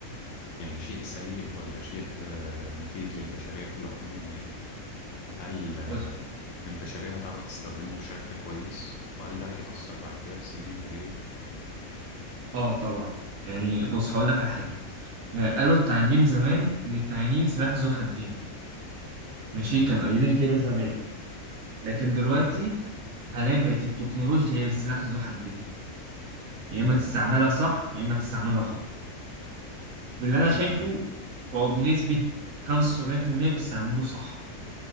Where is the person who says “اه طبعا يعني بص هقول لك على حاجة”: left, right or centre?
Right